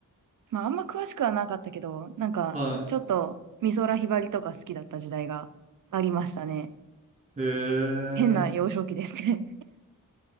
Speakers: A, on the right (about 65°); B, on the right (about 20°).
A: まああんま詳しくはなかったけど、なんかちょっと美空ひばりとか好きだった時代がありましたね。
B: はい。へえ。
A: 変な幼少期ですね。